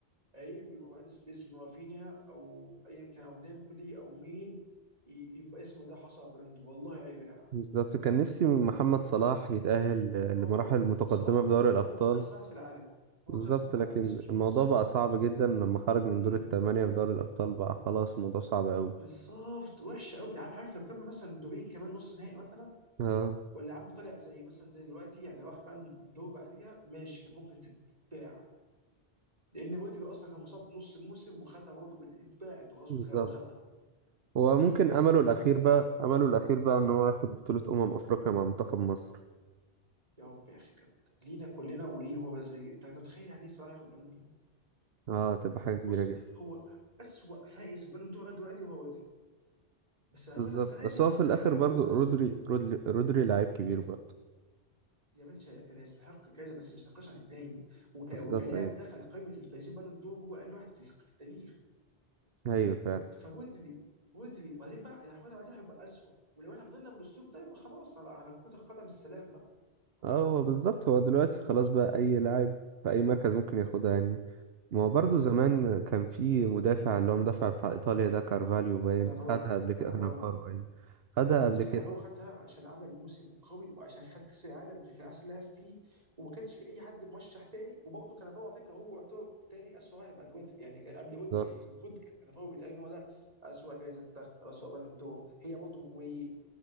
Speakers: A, on the right; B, on the right.
A: عيب يبقى واحد اسم هو فينيا او ايا كان او ديمبلي او مين ي- يبقى اسمه ده حصل على بلنده والله عيب يا جدع
B: بالظبط كان نفسي محمد صلاح يتأهل
A: اه
B: لمراحل متقدمة
A: صراحه
B: في
A: فكره
B: دوري الأبطال
A: هو احسن واحد في العالم هو
B: بالظبط
A: مش احسن واحد في
B: لكن
A: العالم بس مش
B: الموضوع
A: بس
B: بقى صعب جدا لما خرج من
A: مم.
B: دور الثمانية في دوري الأبطال بقى خلاص الموضوع صعب أوي
A: بالظبط وحشه قوي عارف عارف لو كمل مثلا دورين كمان نص نهائي مثلا
B: اه
A: ولا يا عم طلع زي مثلا زي دلوقتي يعني راح كان دور بعديها ماشي كان ممكن تتباع لان رودري اصلا كان مصاب نص الموسم وخدها برضه اتباعت وخلاص
B: بالظبط
A: وتخ- وخدها
B: هو
A: فكان
B: ممكن
A: بس
B: أمله
A: للاسف
B: الأخير بقى أمله الأخير بقى إن هو ياخد بطولة أمم أفريقيا مع منتخب مصر
A: يا رب يا اخي كانت لينا كلنا وليه هو بس يجي انت متخيل يعني ايه صلاح ياخد بالون دور
B: اه تبقى حاجة كبيرة
A: بص
B: جدا
A: هو اسوء فائز بالون دور لغايه دلوقتي هو رودري بس هياخدها
B: بالظبط
A: السنه
B: بس
A: دي
B: هو
A: هيبقى
B: في الآخر
A: هي- هيبقى
B: برضو
A: هو الاسوء
B: رودري رودري, رودري لعيب كبير برضو
A: يا بنشا كان يستحق الجائزه بس ما يستحقش عن التاني وك...
B: بالظبط
A: وكلاعب
B: أيوه
A: دخل قائمه الفائزين بالون دور هو اقل واحد في الخ- في التاريخ
B: أيوه فعلا
A: فودري ودري وبعدين بقى اللي هياخدها بعدين هيبقى اسوء ولو احنا فضلنا بالاسلوب ده يبقى خلاص على على كره القدم السلام بقى هو
B: اه
A: ايه ده
B: هو بالظبط هو دلوقتي خلاص بقى اي لاعب في اي مركز ممكن ياخدها يعني ما هو برضه زمان كان في مدافع اللي هو مدافع بتاع ايطاليا ده كارفاليو باين
A: كانافارو
B: خدها قبل كده
A: كانافارو
B: كانافارو اي خدها قبل
A: بس
B: كده
A: كانافارو خدها عشان عمل موسم قوي وعشان خد كاس العالم وكان كان احسن لاعب فيه وما كانش في اي حد مرشح تاني وبرضه كانافارو على فكره هو يعتبر تاني اسوء واحد بعد بودي يعني كان قبل
B: بالظبط
A: بودي ما ياخد كان كانافارو بيتقال ان هو ده اسوء جايزه تاخد او اسوء بالون دور هي برضه وين